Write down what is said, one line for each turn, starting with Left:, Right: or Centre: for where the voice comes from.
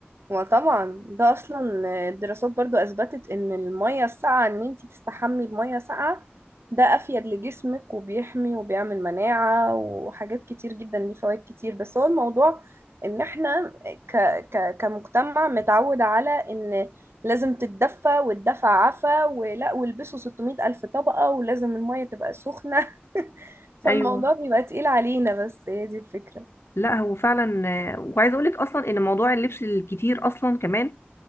Right: وطبعا ده اصلا الدراسات برضو اثبتت ان المية الساقعة ان انتي تستحمي بمية ساقعة ده افيد لجسمك وبيحمي وبيعمل مناعة وحاجات كتير جدا ليه فوائد كتير بس هو الموضوع ان احنا ك ك كمجتمع متعود على ان لازم تتدفى والدفع عفا ولا والبسوا 600 الف طبقة ولازم المية تبقى سخنة <laughs> فالموضوع
Left: ايوه
Right: بيبقى تقيل علينا بس هي دي الفكرة
Left: لا هو فعلا آه، وعايزه اقول لك اصلا ان موضوع اللبس الكتير اصلا كمان